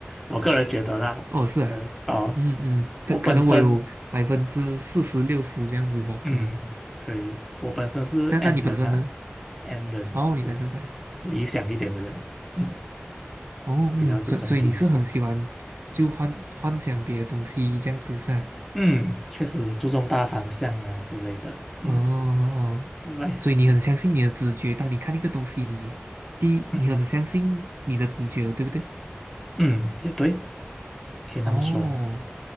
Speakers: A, in the centre; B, on the right.
A: 我个人觉得啦，
B: 哦，是啊，
A: 可哦，
B: 嗯嗯，可可能我有百分之四十六十这样子吧，
A: 我本身。嗯，
B: 可能。
A: 可以。我本身是
B: 那那你本身呢？
A: N 人呐、啊 n 人就是
B: 哦，你本身在，
A: 理想一点的人，嗯，
B: 哦嗯，
A: 比较注重理想，
B: 所以所以你是很喜欢就幻幻想别的东西这样子噻、
A: 嗯，确实注重大方向啊之类的，嗯，
B: 啊哦哦，
A: 来，
B: 所以你很相信你的直觉，当你看一个东西，你第一你很相信你的直觉的对不对？
A: 嗯嗯，也对，可以那么说，
B: 哦，